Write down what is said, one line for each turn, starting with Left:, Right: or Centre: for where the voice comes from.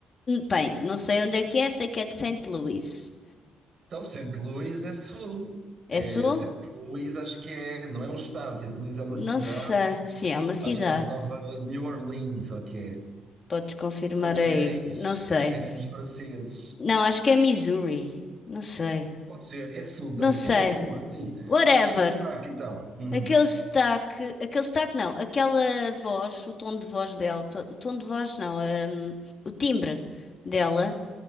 Left: Bem, não sei onde é que é, sei que é de Saint Louis.
Right: Então, St. Louis é sul.
Left: É
Right: É,
Left: sul?
Right: St. Louis acho que é, não é um estado, St. Louis é uma
Left: Não
Right: cidade,
Left: sei. Sim, é uma cidade.
Right: acho que é de Nova de New Orleans, ok.
Left: Podes confirmar
Right: Nova
Left: aí.
Right: Orleans
Left: Não sei.
Right: era nos franceses.
Left: Não, acho que é Missouri. Não sei.
Right: Pode ser, é sul
Left: Não
Right: também.
Left: sei.
Right: Sim, continua, sim.
Left: Whatever.
Right: Aquele sotaque e tal. Uhum.
Left: Aquele sotaque. Aquele sotaque não. Aquela voz, o tom de voz dela. to- O tom de voz não. hum, o timbre dela